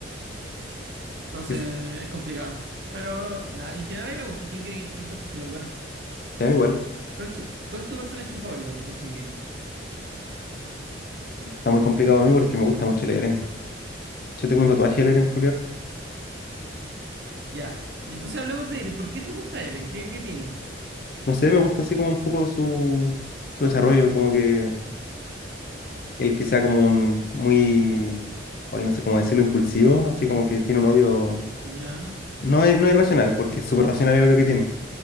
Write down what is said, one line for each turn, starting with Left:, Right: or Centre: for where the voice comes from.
Right: Entonces
Left: Que se-
Right: es complicado. Pero nada, en general a mí me gusta Shingeki, yo lo encuentro súper bueno.
Left: A mí igual.
Right: ¿Cuál es tu, cuál es tu personaje favorito de Shingeki?
Left: Está muy complicado a mí porque me gusta mucho el en- Yo tengo un tatuaje de leer en
Right: Ya. Y entonces hablemos de Eren. ¿Por qué te gusta Eren? ¿Qué, qué tiene?
Left: No sé, me gusta así como un poco su, su desarrollo, como que el que sea como un muy, hoy no sé cómo decirlo, impulsivo, así como que tiene un odio,
Right: Ya.
Left: no, i- no irracional, porque es súper racional el odio que tiene,